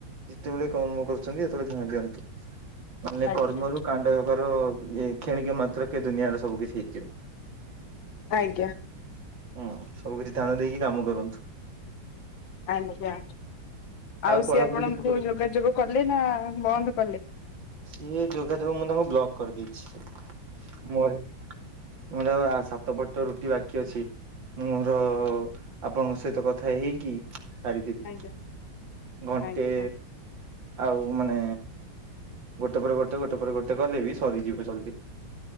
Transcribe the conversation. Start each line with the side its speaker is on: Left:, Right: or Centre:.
Right: ଯେତେବେଳେ କର୍ମ କରୁଛନ୍ତି ଯେତେବେଳେ ହଁ ଦିଅନ୍ତି ମାନେ
Left: ଆଜ୍ଞା
Right: କର୍ମରୁ କାଣ୍ଡ ହେବାର ଇ କ୍ଷଣିକ ମାତ୍ର କେ ଦୁନିଆର ସବୁ କିଛି ହେଇଯିବ।
Left: ଆଜ୍ଞା।
Right: ହୁଁ ସବୁ କିଛି ଧ୍ୟାନ ଦେଇକି କାମ କରନ୍ତୁ।
Left: ଆଜ୍ଞା। ଆଉ
Right: ପଢାପଢି
Left: ସିଏ ଆପଣଙ୍କୁ
Right: କେତେ କରୁଛନ୍ତି?
Left: ଯୋଗାଯୋଗ କଲେ ନା ବନ୍ଦ କଲେ?
Right: ସିଏ ଯୋଗାଯୋଗ ମୁଁ ତାଙ୍କୁ ବ୍ଲକ କରିଦେଇଚି। ମୋର ମୁଁ ତାକୁ ଆଉ ସାତପଟ ରୁଟି ବାକି ଅଛି। ମୋର ଆପଣଙ୍କ ସହିତ କଥା ହେଇକି ସାରିଦେବି
Left: ଆଜ୍ଞା
Right: ଘଣ୍ଟେ।
Left: ଆଜ୍ଞା
Right: ଆଉ ମାନେ ଗୋଟେ ପରେ ଗୋଟେ ଗୋଟେ ପରେ ଗୋଟେ ଗଲେ ବି ସରିଯିବେ ଜଲଦି।